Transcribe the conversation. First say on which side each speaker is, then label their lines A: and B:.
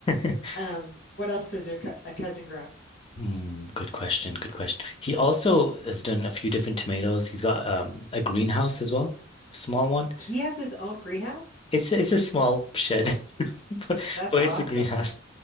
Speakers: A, on the left; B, on the left.
A: <laughs>
B: Um, what else does your co a cousin grow?
A: Mm, good question. Good question. He also has done a few different tomatoes. He's got um a greenhouse as well, small one.
B: He has his own greenhouse.
A: It's a- it's a small shed, <laughs> but,
B: That's
A: but
B: awesome.
A: it's a greenhouse,